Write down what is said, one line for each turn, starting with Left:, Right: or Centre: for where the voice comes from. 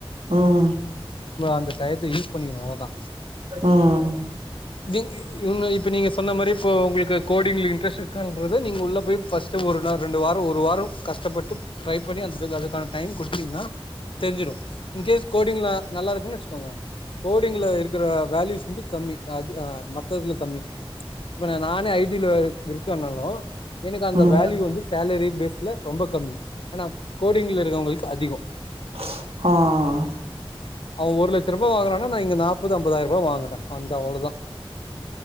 Right: உம்
Left: அந்த டயத்த யூஸ் பண்ணிக்கணு அவ்ளோதா
Right: உம்
Left: நீங்க இவன இப்ப நீங்க சொ அந்த மாரி ஃப உங்ள்க்கு கோடிங்ல இன்ட்ரஸ்ட் இருக்கான்றது நீங் உள்ள போய் ஃபஸ்ட்டு ஒரு நா ரெண்டு வா ஒரு வாரோ கஷ்டப்பட்டு ட்ரைப் பண்ணி அந்ததுக்கு அதுக்கான டைம் குடுத்தீங்கன்னா தெரிஞ்சிரு இன்கேஸ் கோடிங்ல நல்லா இருக்குன் வெச்சுக்கோங்க கோடிங்ல இருக்கிற வேல்யூஸ் வந்து கம்மி அது அ மத்ததுல கம்மி இப்ப ந நானே ஐ டி ல இரு இருக் க்கன்னாலு எனுக்கு அந்த
Right: ம்
Left: வேல்யூ வந்து எரி பேஸ்ல ரொம்ப கம்மி ஆனா கோடிங்ல இருக்கவங்ள்க்கு அதிகோ
Right: ஆ ஆ ஆ
Left: அவ ஒரு லட்சருபா வாங்குறான்னா நா இங்க நாப்பது அம்பதாயிருபா வாங்குறே அந்த அவ்ளதா